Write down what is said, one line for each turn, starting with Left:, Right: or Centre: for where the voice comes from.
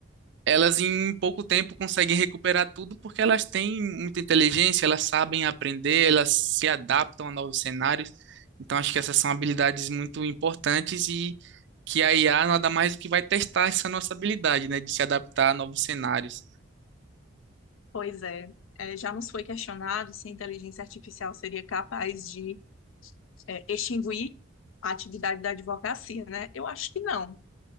Right: elas em pouco tempo conseguem recuperar tudo porque elas têm muita inteligência, elas sabem aprender, elas se adaptam a novos cenários. Então, acho que essas são habilidades muito importantes e que a IA nada mais do que vai testar essa nossa habilidade, né, de se adaptar a novos cenários.
Left: Pois é, é, já nos foi questionado se a inteligência artificial seria capaz de, é, extinguir a atividade da advocacia, né? Eu acho que não.